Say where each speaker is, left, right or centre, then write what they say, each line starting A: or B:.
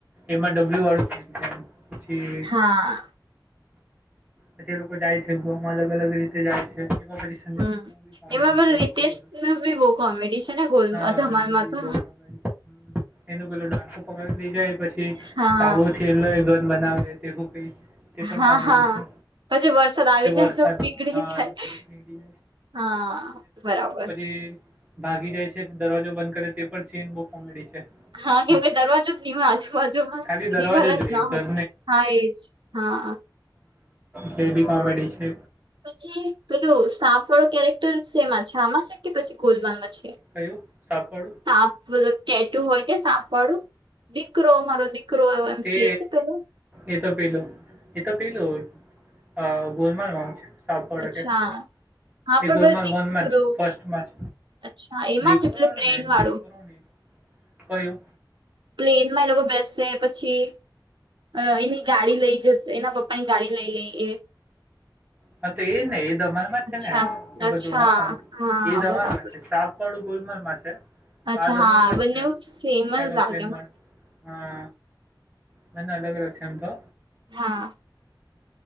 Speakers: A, on the right; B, on the right.
A: એમાં ડબલ્યુ વાળું બી છે. પછી
B: હા
A: પછી એ લોકો જાય છે ગમાં અલગ અલગ રીતે જાય છે એમાં પછી. સંજય
B: હું
A: દત્તનું બી કોમેડી
B: એમાં પણ
A: બહુ
B: રિતેશ
A: ઘણું બધું છે.
B: ના બી બહું કોમેડી છે ને ગોલ
A: હા
B: ધમાલમાં
A: એનું બી
B: તો
A: બહુ કોમેડી છે એનું પેલું ડાકુ પકડી લઇ જાય પછી
B: હા
A: સાબુ કેલો એ ગન બનાવે તે હું કઈ. તે પણ
B: હા
A: કોમેડી
B: હા
A: છે
B: પછી વર્ષ સદ આવી
A: પછી વરસાદમાં
B: જાય તો પીગળી
A: હા
B: જાય
A: એ બધું પીડી
B: હા બરાબર.
A: તે ભાગી જાય છે દરવાજો બંધ કરે તે પણ સીન બુ કોમેડી છે.
B: હા
A: હમ
B: કેમકે દરવાજો ની હોય આજુબાજુમાં
A: ખાલી દરવાજો
B: દીવાલજ
A: જોઈએ
B: ના
A: ઘર
B: હોય. હા એજ હા
A: બે બી કોમેડી છે.
B: પછી પેલું સાપ વાળો કેરેક્ટર સેમમાં છે આમાં છે કે પછી ગોલમાલમાં છે.
A: કયું સાપ વાળું.
B: સાપ મતલબ ટેટું હોય કે સાપ વાળું દીકરો મારો દીકરો એવું એમ
A: તે
B: કે પેલું
A: એ તો પેલું એ તો પેલું અ ગોલમાલમાં છે. સાપડ
B: અચ્છા
A: કેટ
B: હા
A: એ
B: પણ
A: ગોલમાલ
B: પેલો દીકરો
A: વનમાં છે ફર્સ્ટમાં જ
B: અચ્છા એમાં
A: દીકરો
B: છે પેલું
A: વાળો
B: પ્લેન
A: ને
B: વાળું
A: દીકરો કયું
B: પ્લેન માં એ લોકો બેસે પછી. અ એની ગાડી લઈ જતો એના પપ્પાની ગાડી લઈ લઈ એ.
A: હા તો એજ ને એ ધમલ માં છે
B: અચ્છા
A: ને એ
B: અચ્છા
A: બધું હા
B: હા
A: એ ધમાલમાં
B: બરાબર
A: છે સાપ સાપ વાળું ગોલમલ માં છે.
B: અચ્છા
A: આ ધમાલમાં
B: હા બંનેવ
A: છે
B: સેમ જ
A: એરોપ્લેન
B: લાગે મને
A: વાળું હા ના ના અલગ અલગ છેમ તો
B: હા